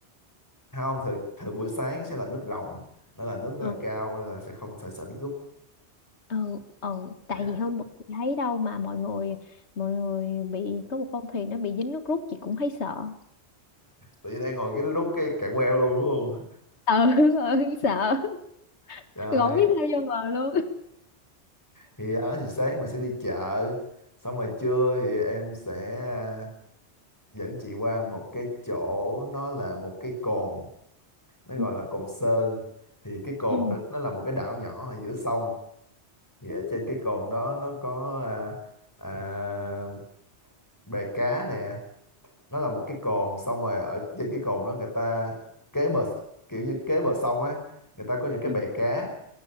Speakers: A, on the left; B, on the left.
A: không thời thời buổi sáng sẽ là nước rồng nó là nước rất
B: Ờ
A: là cao nên là sẽ không phải sợ nước rút
B: ờ ờ
A: Dạ.
B: tại vì hôm bữa chị thấy đâu mà mọi người mọi người bị có một con thuyền nó bị dính nước rút chị cũng thấy sợ.
A: tự nhiên đang ngồi cái nó rút cái cạn queo luôn đúng không
B: Ờ <laughs> ừ, sợ <laughs>
A: <laughs> rồi
B: Rồi không biết sao vô bờ luôn.
A: thì đó thì sáng mình sẽ đi chợ xong rồi trưa thì em sẽ à, dẫn chị qua một cái chỗ nó là một cái cồn nó gọi
B: Ừ
A: là cồn Sơn thì cái cồn
B: ừ
A: nó, nó là một cái đảo nhỏ ở giữa sông thì ở
B: ừ.
A: trên cái cồn đó nó có à, à, bè cá nè nó là một cái cồn xong rồi ở trên cái cồn đó người ta kế bờ kiểu như kế bờ sông á người ta có những cái
B: ừ.
A: bè cá